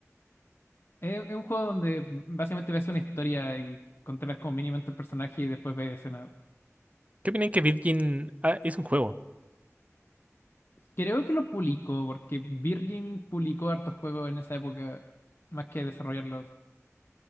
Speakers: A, on the left; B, on the right.
A: Es, es un juego donde básicamente ves una historia y controlas como mínimamente el personaje y después ves escena.
B: ¿Qué opináis que Virgin ah, es un juego?
A: Creo que lo publicó, porque Virgin publicó hartos juegos en esa época, más que desarrollarlos.